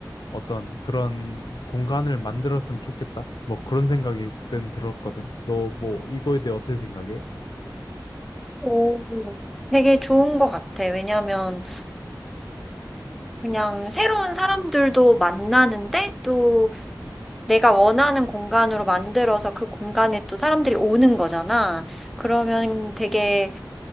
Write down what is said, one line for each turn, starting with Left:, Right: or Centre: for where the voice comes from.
Left: 어떤 그런 공간을 만들었으면 좋겠다. 뭐 그런 생각이 그땐 들었거든. 너 뭐 이거에 대해 어떻게 생각해?
Centre: 오. 되게 좋은 것 같아. 왜냐면 그냥 새로운 사람들도 만나는데 또 내가 원하는 공간으로 만들어서 그 공간에 또 사람들이 오는 거잖아. 그러면 되게